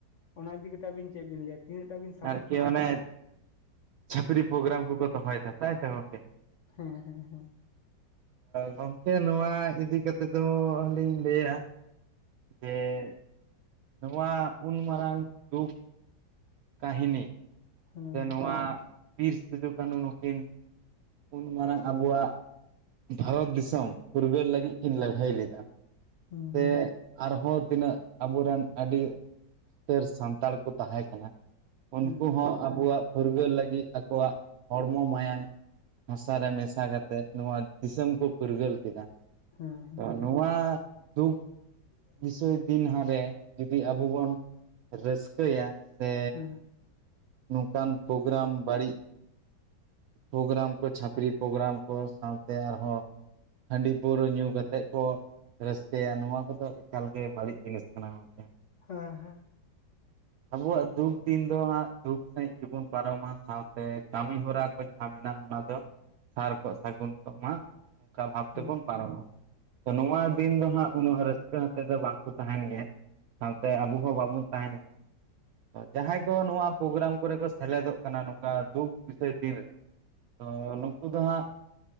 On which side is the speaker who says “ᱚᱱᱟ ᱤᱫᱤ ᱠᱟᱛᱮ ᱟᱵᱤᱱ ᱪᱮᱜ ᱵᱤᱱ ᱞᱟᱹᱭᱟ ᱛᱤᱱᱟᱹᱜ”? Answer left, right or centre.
Left